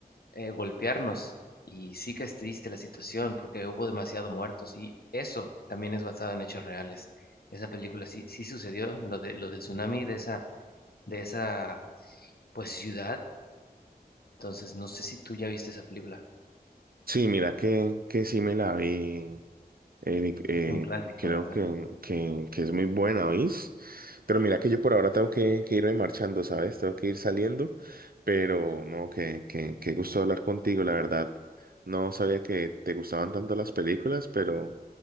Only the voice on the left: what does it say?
eh, golpearnos. Y sí que es triste la situación porque hubo demasiado muertos y eso también es basado en hechos reales. Esa película sí, sí sucedió, lo de, lo del tsunami de esa, de esa pues ciudad. Entonces, no sé si tú ya viste esa película.
Es un clásico,
¿verdad?